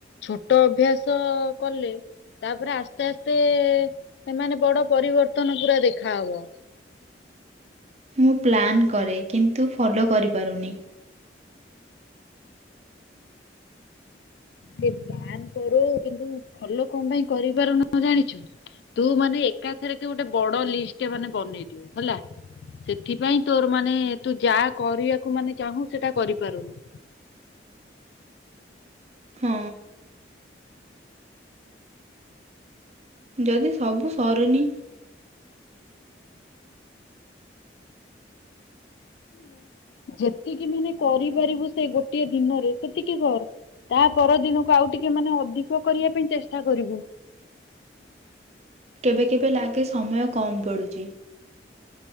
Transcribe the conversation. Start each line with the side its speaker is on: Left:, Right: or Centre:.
Left: ଛୋଟ ଅଭ୍ୟାସ କଲେ। ତାପରେ ଆସ୍ତେ ଆସ୍ତେ ସେ ମାନେ ବଡ ପରିବର୍ତ୍ତନ ପୁରା ଦେଖା ହବ।
Right: ମୁଁ ପ୍ଲାନ୍ କରେ କିନ୍ତୁ ଫଲୋ କରିପାରୁନି।
Left: ସେ ପ୍ଲାନ୍ କରୁ କିନ୍ତୁ ଫଲୋ କଁ ପାଇଁ କରିପାରୁନୁ ଜାଣିଛୁ? ତୁ ମାନେ ଏକାଥରେ କେ ଗୋଟେ ବଡ ଲିଷ୍ଟ ମାନେ ବନେଇ ଥିବୁ ହେଲା। ସେଥିପାଇଁ ତୋର ମାନେ ତୁ ଯାଆ କରିବାକୁ ମାନେ ଚାହୁଁ ସେଟା କରିପାରୁନୁ।
Right: ହଁ। ଯଦି ସବୁ ସରୁନି
Left: ଯେତିକି ମାନେ କରିପାରିବୁ ସେ ଗୋଟିଏ ଦିନରେ ସେତିକି କର। ତା ପରଦିନକୁ ଆଉ ଟିକେ ମାନେ ଅଧିକ କରିବା ପାଇଁ ଚେଷ୍ଟା କରିବୁ।
Right: କେବେ କେବେ ଲାଗେ ସମୟ କମ ପଡୁଚି।